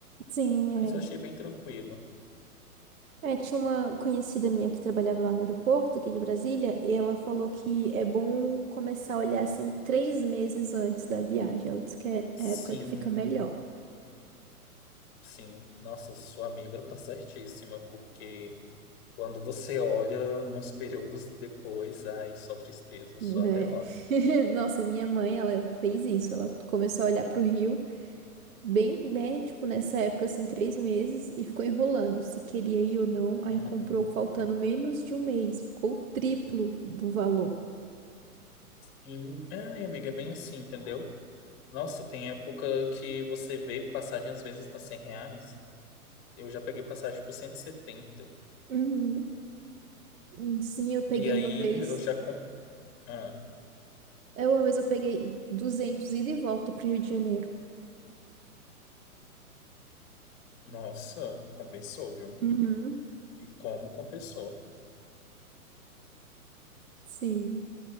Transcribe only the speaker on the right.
Sim,
é.
É, tinha uma conhecida minha que trabalhava lá no aeroporto, aqui de Brasília, e ela falou que é bom começar a olhar assim três meses antes da viagem. Ela disse que é a
época que fica melhor,
né?
<laughs> Nossa, minha mãe, ela fez isso. Ela começou a olhar para o Rio. bem, né, tipo, nessa época, assim, três meses, e ficou enrolando se queria ir ou não. Aí
comprou faltando menos de um mês, ficou o triplo do valor.
Uhum. Hum, Sim, eu peguei
uma vez,
é uma vez eu peguei duzentos ida e volta pro Rio de Janeiro.
Uhum.
Sim,